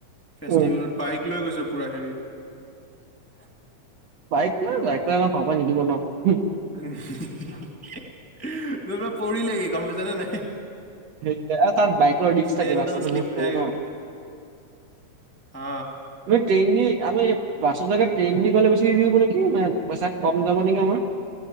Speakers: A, in the centre; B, on the right.
A: ফেষ্টিভেলত।
B: উম
A: বাইক লৈ গৈছে পুৰা হেৰিত
B: বাইক লৈ, বাইক লৈ আমাৰ ঘৰৰপা নিদিব ন'?
A: কোনোবাই পৰিলেগে গ'ম পাইছানে নাই?
B: সেই তাত বাইক লোৱা ৰিস্ক
A: ষ্টেণ্ডডাল
B: থাকে ৰাস্তাটো
A: শ্লিপ
B: বহুত
A: খাই
B: সৰু ন'।
A: গ'ল হা
B: তুমি ট্ৰেইনদি আমি বাছৰ জেগাত ট্ৰেইনদি গ'লে বেছি হেৰি হ'ব নেকি মানে পইচা কম যাব নেকি আমাৰ।